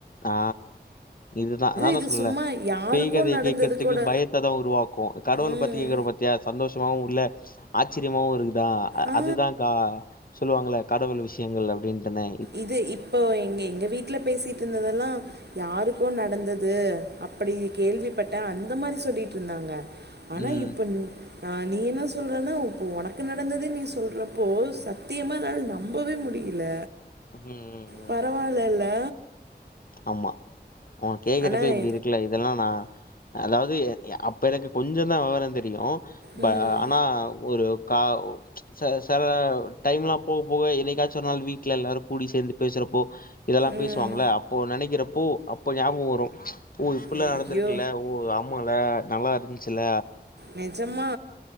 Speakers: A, on the left; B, on the right.
A: ஆ இதுதான் நானும்
B: இது
A: சொல்ல
B: சும்மா யாருக்கு
A: பேய் கதைய
B: நடந்தது
A: கேட்கறதுக்கு
B: கூட
A: பயத் தான் உருவாக்குவோம் கடவுள்
B: ம்
A: பத்தி கேக்குற பாத்தியா சந்தோஷமாவும் உள்ள ஆச்சரியமாவும் இருக்கு தா
B: ஆ
A: அதுதான் அக்கா சொல்லுவாங்களே கடவுள் விசயங்கள் அப்படின்ட்டுன்னு
B: இது இப்போ எங்க எங்க வீட்டுல பேசிட்டு இருந்ததெல்லாம் யாருக்கோ நடந்தது அப்படி கேள்விப்பட்டேன் அந்த மாறி சொல்லிட்டு இருந்தாங்க ஆனா
A: ம்.
B: இப்ப நீ நான் நீ என்ன சொல்கிறன்னா இப்போ உனக்கு நடந்தத நீ சொல்றப்போ சத்தியமா என்னால நம்பவே முடியல இல்ல
A: ம் ம்.
B: பரவாலில்ல
A: ஆமா உனக்கு கேக்குறப்பயே
B: ஆனா
A: இப்படி இருக்கு இல்ல இதெல்லாம் நான் அதாவது அப்ப எனக்கு கொஞ்சம் தான் விவரம் தெரியும்
B: ம்
A: ப ஆனா ஒரு கா ச சல டைம்லா போக போக என்னைக்காச்சு ஒரு நாள் வீட்ல எல்லாரு கூடி சேந்து பேசறப்போ இதெல்லாம்
B: ம்
A: பேசுவாங்கள அப்போ நினைக்கிறப்போ அப்போ ஞாபகம் வரும் ஓ இப்பல்லாம்
B: ஐயோ
A: நடந்திருக்குல்ல ஓ அமால்ல நல்லா இருந்துச்சுல
B: நிஜமா